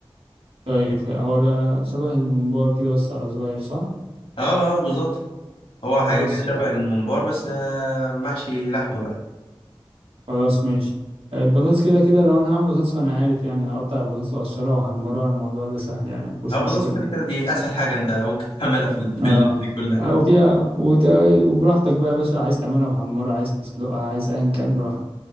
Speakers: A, on the right; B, on the left.
A: طيب هو بقى شبه الممبار كده بس على صغير صح
B: اه اه بالظبط هو حاجة
A: خلاص
B: كده شبه الممبار بس آه، محشي لحمة بقى
A: خلاص ماشي آه، البطاطس كده كده لو انا هعمل بطاطس فانا عارف يعني هقطع البطاطس واقشرها واحمرها الموضوع ده سهل يعني مفيش
B: اه بالظبط
A: مشكله
B: كده كده دي أسهل حاجة أنت ممكن <laughs> تعملها في ال- في
A: اه
B: الليل دي كلها
A: آه، وفيها وت- وبراحتك بقى يا باشا عايز تعملها محمره عايز تسلقها عايز ايا كان براحتك